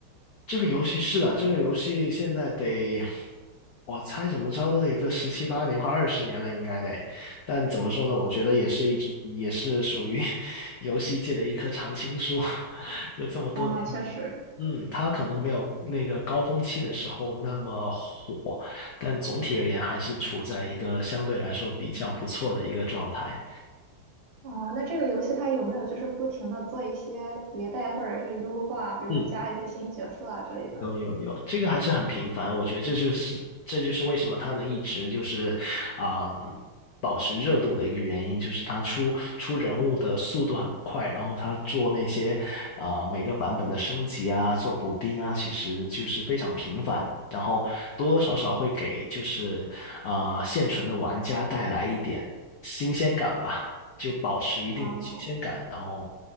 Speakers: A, on the left; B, on the right.
A: 这个游戏是的，这个游戏现在得，我猜怎么着都得个十七八年，快二十年了，应该得。但怎么说呢？我觉得也是一，直也是属于 <laughs> 游戏界的一棵常青树，<laughs> 就这么多年了
B: 啊、确实，
A: 嗯，它可能没有那个高峰期的时候那么火，但总体而言还是处在一个相对来说比较不错的一个状态。
B: 哦，那这个游戏它有没有就是不停的做一些迭代或者是优化，比如说加一些新角色啊之类的？
A: 嗯。有有有，这个还是很频繁，我觉得这就是这就是为什么它能一直就是啊、嗯保持热度的一个原因，就是它出出人物的速度很快，然后它做那些啊、每个版本的升级啊，做补丁啊，其实就是非常频繁，然后多多少少会给就是啊、现存的玩家带来一点新鲜感吧，就保持一定新鲜感，
B: 啊、
A: 然后